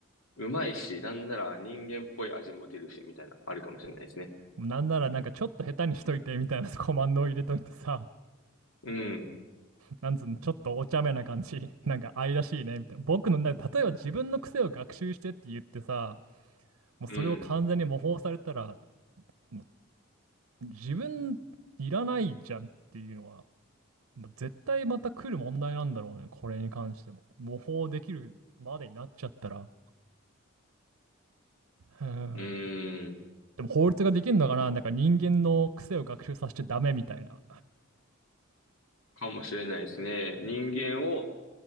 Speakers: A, on the left; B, on the right.
A: うまいし、なんなら人間っぽい味も出るし、みたいな、あるかもしれないですね。
B: なんならなんかちょっと下手にしといてみたいなコマンドを入れといてさ、
A: うん、
B: なんつうの、ちょっとお茶目な感じ。<laughs> なんか愛らしいね、みたいな。僕の、な例えば自分の癖を学習してって言ってさ、もうそれを完全に模倣されたら、
A: うん、
B: もう自分いらないじゃんっていうのは、もう絶対また来る問題なんだろうね、これに関しても。模倣できるまでになっちゃったら。へー
A: うん、
B: でも法律ができるのかななんか人間の癖を学習させちゃダメみたいな。
A: かもしれないですね。人間を